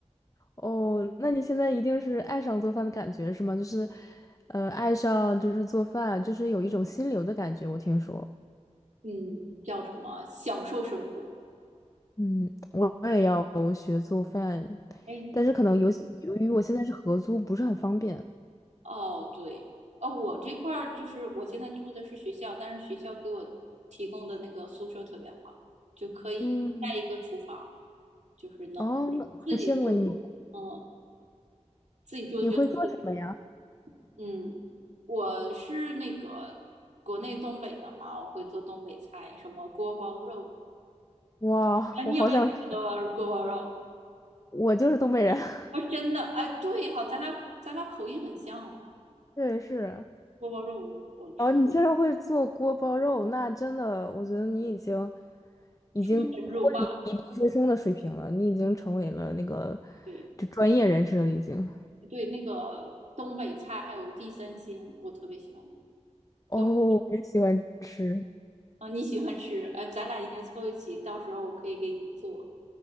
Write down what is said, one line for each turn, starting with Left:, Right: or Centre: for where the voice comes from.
Left: 哦，那你现在一定是爱上做饭的感觉是吗？就是，呃，爱上就是做饭，就是有一种心流的感觉。我听说，
Right: 嗯，叫什么享受生活。
Left: 嗯，我我也要学做饭，
Right: 哎，
Left: 但是可能由由于我现在是合租，
Right: 你
Left: 不是很方便。
Right: 哦，对，哦，我这块儿就是我现在住的是学校，但是学校给我提供的那个宿舍特别好，就可以带一个厨房，
Left: 嗯，
Right: 就是能自己住，
Left: 哦，那好羡慕啊你，
Right: 嗯，自己住就能自己。
Left: 你会做什么呀？
Right: 嗯，我是那个国内东北的嘛，我会做东北菜，什么锅包肉
Left: 哇，
Right: 啊，你有没有吃过锅包锅包肉？
Left: 我好想吃，我就是东北人。<laughs>
Right: 啊，真的，哎，对，好，咱俩咱俩口音很像，
Left: 对，是。
Right: 锅包肉我我出
Left: 哦，你竟然会做锅包肉，那真的，我觉得你已经已经脱离留学生的水平了，
Right: 出神入化，
Left: 你已经成为了那个
Right: 对
Left: 就专业人士了，已经。
Right: 对，那个东北菜还有地三鲜，我特别喜欢，
Left: 哦，
Right: 都是，
Left: 我也喜欢吃，
Right: 哦，你喜欢吃，哎，咱俩应该凑一起，到时候我可以给你做，